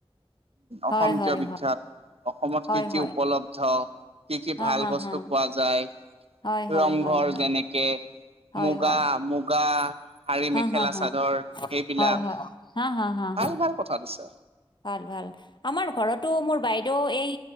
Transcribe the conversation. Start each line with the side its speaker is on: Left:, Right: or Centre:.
Right: অসম
Left: হয় হয়
Right: কিয় বিখ্যাত
Left: হয়
Right: অসমত
Left: হয়
Right: কি কি
Left: হয়
Right: উপলব্ধ। কি কি
Left: হা
Right: ভাল
Left: হা
Right: বস্তু
Left: হা
Right: পোৱা যায়
Left: হয় হয়
Right: ৰংঘৰ
Left: হয় হয়
Right: যেনেকে
Left: হয়
Right: মুগা
Left: হয়
Right: মুগা। শাৰী
Left: হা
Right: মেখেলা
Left: হা হা
Right: চাদৰ এইবিলাক
Left: হয় হয় হা হা হা
Right: ভাল
Left: হা
Right: ভাল কথা দিছে।
Left: ভাল ভাল আমাৰ ঘৰতো মোৰ বাইদেউ এই